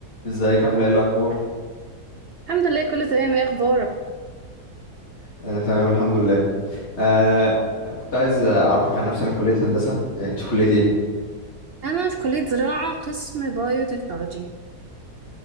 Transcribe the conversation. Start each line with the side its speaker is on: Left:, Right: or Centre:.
Left: ازيك عامله ايه الاخبار
Right: الحمد لله كله تمام ايه اخبارك
Left: آه، تمام الحمد لله آه كنت عايز اعرفك عن نفسي انا في كليه هندسه آه انت في كليه ايه
Right: انا في كليه زراعه قسم بايو تكنولوجي